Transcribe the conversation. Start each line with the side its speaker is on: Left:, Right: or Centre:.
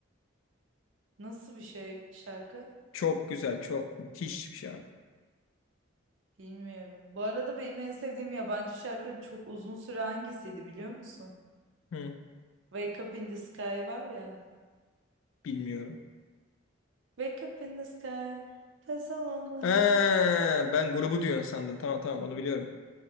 Right: Nasıl bir şey şarkı?
Left: Çok güzel, çok müthiş bir şarkı.
Right: Bilmiyorum. Bu arada benim en sevdiğim yabancı şarkı çok uzun süre hangisiydi biliyor musun?
Left: Hı,
Right: Wake Up in the Sky var ya.
Left: bilmiyorum.
Right: Wake up in the sky, puzzle on the
Left: Ee, ben grubu diyorsun sandım. Tamam tamam onu biliyorum.